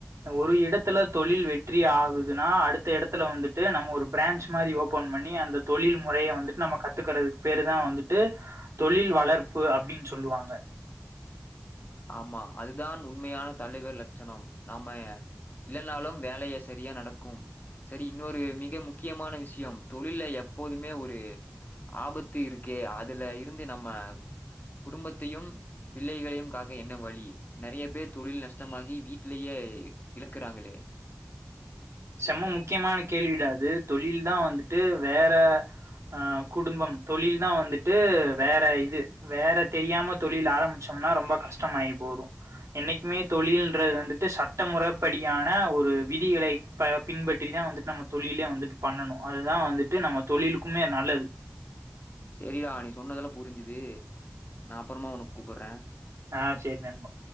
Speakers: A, on the right; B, on the left.
A: ஒரு இடத்துல தொழில் வெற்றி ஆகுதுனா அடுத்த எடத்துல வந்துட்டு நம்ம ஒரு பிரேன்ச் மாரி ஓப்பன் பண்ணி அந்த தொழில் முறைய வந்துட் நம்ம கத்துக்கறதுக் பேரு தா வந்துட்டு தொழில் வளர் பு அப்டின் சொல்லுவாங்க
B: ஆம்மா அதுதான் உண்மையான தலைவர் லக்ஷணம் நாம்ம இல்லன்னாலும் வேலைய செரியா நடக்கும் செரி இன்னொரு மிக முக்கியமான விஷ்யம் தொழில்ல எப்போதுமே ஒரு ஆபத்து இருக்கு அதுல இருந்து நம்ம குடும்பத்தையும் பிள்ளைகளையும் கா க்க என்ன வழி நெறைய பேர் தொழில் நஷ்டமாகி வீட்லயே இழக்குறாங்களே
A: செம்ம முக்கியமான கேள்விடா அது தொழில்தா வந்துட்டு வேற அ குடும்பம் தொழில் தா வந்துட்டு வேற இது வேற தெரியாம தொழில் ஆரம்பிச்சம்னா ரொம்ப கஷ்டமாயி போரு என்னைக்குமே தொழில்ன்றது வந்துட்டு சட்ட முறப்படியான ஒரு விதிகளை ப பின்பற்றிதா வந்துட் நம்ம தொழிலெ வந்துட்டு பண்ணணு அதுதா வந்துட்டு நம்ம தொழிலுக்குமே நல்லது
B: செரிடா நீ சொன்னதெல்லா புரிஞ்சிது நா அப்பறமா உனுக் கூப்பறே
A: ஆஹ் செரி நண்பா